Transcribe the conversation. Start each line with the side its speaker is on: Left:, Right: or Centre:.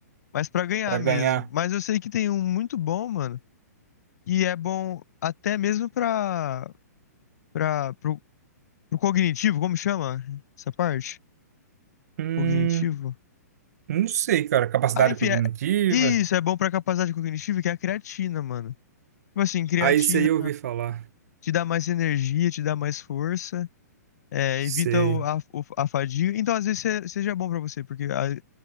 Left: mais pra ganhar
Right: Pra ganhar.
Left: mesmo. Mas eu sei que tem um muito bom, mano E é bom até mesmo para para pro, pro cognitivo, como chama essa parte?
Right: Hum,
Left: Cognitivo?
Right: não sei, cara. Capacidade
Left: Ah, enfim,
Right: cognitiva.
Left: é, isso é bom para capacidade cognitiva, que é a creatina, mano. Tipo assim, creatina
Right: Aí isso aí eu ouvi falar.
Left: te dá mais energia, te dá mais força, é,
Right: Sei.
Left: evita o- a, o- a fadiga. Então, às vezes, se- seja bom para você, porque a-